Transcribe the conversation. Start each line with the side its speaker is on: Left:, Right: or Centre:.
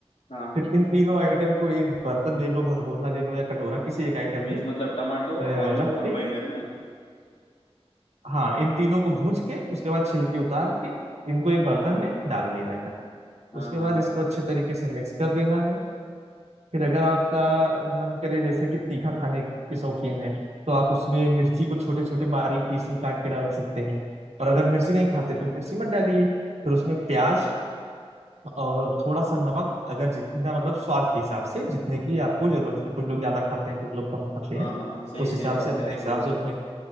Left: हाँ
Right: फिर इन तीनों आइटम को एक बर्तन ले लो भगोना ले लो या कटोरा किसी एक आइटम
Left: मीन्स
Right: में अ,
Left: मतलब टमाटो
Right: रख
Left: आलू और
Right: के
Left: बैंगन ना
Right: हाँ इन तीनों को भूज के उसके बाद छिलके उतार के इनको एक
Left: हाँ
Right: बर्तन में डाल लेने का
Left: हाँ
Right: उसके
Left: हाँ
Right: बाद
Left: हाँ
Right: इसको अच्छे तरीके से मिक्स कर देना है फिर अगर आपका मन करे जैसे कि तीखा खाने के शौकीन है तो आप उसमें मिर्ची को छोटे छोटे बारीक पीस में काट के डाल सकते हैं और अगर मिर्ची नहीं खाते तो मिर्ची मत डालिए फिर उसमें प्याज और थोड़ा सा नमक अगर जितना मतलब स्वाद के हिसाब से जितने की आपको जरूरत है कुछ लोग ज्यादा खाते हैं कुछ लोग कम खाते
Left: हाँ
Right: हैं
Left: हाँ हाँ सही
Right: उस
Left: सही
Right: हिसाब से
Left: बात
Right: अपने
Left: है आपकी
Right: हिसाब
Left: वो
Right: से
Left: तो
Right: उसमें